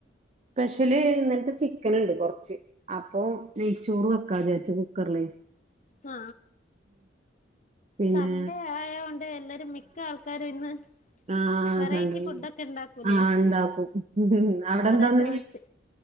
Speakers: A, on the right (about 35°); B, on the left (about 40°).
A: സ്പെഷ്യല് ഇന്നൽത്തെ ചിക്കന്ണ്ട് കൊറച്ച് അപ്പൊ നെയ്ച്ചോറ് വെക്കാന്നുവിചാരിച്ചു കുക്കർലേ
B: ആ
A: പിന്നെ
B: സൺഡേ ആയോണ്ട് എല്ലരും മിക്ക ആൾക്കാരും ഇന്ന്
A: ആ
B: വെറൈറ്റി
A: സൺഡെ
B: ഫുഡൊക്കെ ഉണ്ടാക്കൂലേ
A: ആ ഇണ്ടാക്കും അവിടെ എന്താന്ന്
B: അതാ ചോദിച്ചെ
A: ഇന്ന്